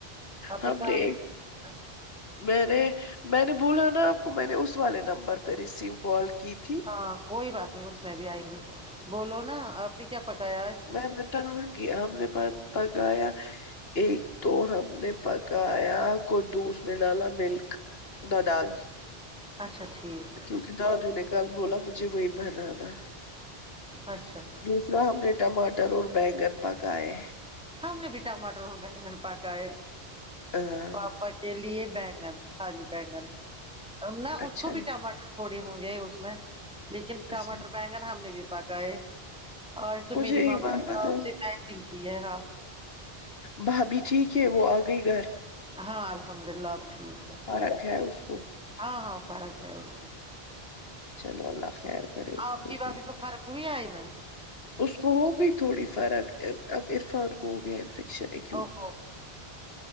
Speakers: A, in the centre; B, on the left.
A: آپ کے
B: ہم
A: کام
B: نے
A: ہاں
B: میں نے میں نے بولا نا آپ کو میں نے اس والے نمبر پہ ریسیو کال کی تھی
A: ہاں کوئی بات نہیں اس میں بھی آئیں گی بولو نا آپ نے کیا پکایا آج
B: میں بتاؤں گی اور اپ نے پکایا ایک تو ہم نے پکایا کوئی خدوس میں ڈالا ملک ددال
A: اچھا ٹھیک
B: کیونکہ دادو نے کل بولا مجھے وہی بنانا
A: اچھا
B: دوسرا ہم نے ٹماٹر اور بینگن پکائے
A: ہم نے بھی ٹماٹر اور بیگن پکائے
B: ہاں
A: پاپا کے لیے بیگن خالی بیگن نہ
B: اچھا
A: اس کو بھی ٹماٹر تھوڑے ہوں گے اس میں لیکن ٹماٹر
B: اچھا
A: بینگن ہم نے بھی پکا ہے اور تو
B: مجھے
A: میری
B: ایک
A: ماما
B: بات
A: نے
B: بتاؤ
A: توپ سے مٹن کی ہے ہاں
B: بھابھی ٹھیک ہے وہ آ گئی گھر
A: ہاں الحمد للہ اب ٹھیک ہے
B: فرق ہے اس کو
A: ہاں ہاں فرق ہے اس میں
B: چلو اللہ خیر کرے اس
A: آپ کی
B: بھی
A: بھابھی کو فرق ہوئی آئی میں
B: اس کو ہوگئی تھوڑی فرق اب عرفان کو ہو گیا انفیکشن ایک
A: او ہو